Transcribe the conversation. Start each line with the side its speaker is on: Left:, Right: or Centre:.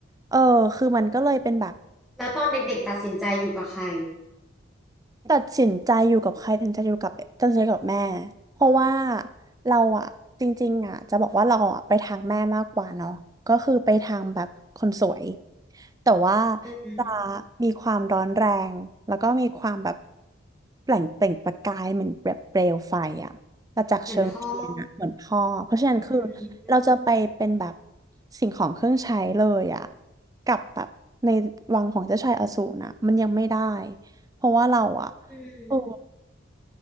Right: เออคือมันก็เลยเป็นแบบ
Centre: แล้วตอนเด็กๆตัดสินใจอยู่กับใคร
Right: ตัดสินใจอยู่กับใครตัดสินใจอยู่กับตัดสินใจกับแม่เพราะว่าเราอะจริงๆอะจะบอกว่าเราอะไปทางแม่มากกว่าเนาะก็คือไปทางแบบคนสวยแต่ว่า
Centre: อืม
Right: จะมีความร้อนแรงแล้วก็มีความแบบแปล่งเปล่งประกายเหมือนแบบเปลวไฟอะประจักษ์เชิงเทียนอะเหมือนพ่อเพราะฉะนั้นคือ
Centre: เหมือนพ่ออืม
Right: เราจะไปเป็นแบบสิ่งของเครื่องใช้เลยอะกับแบบในวังของเจ้าชายอสูรนะมันยังไม่ได้ เพราะว่าเราอะ
Centre: อืม
Right: เออ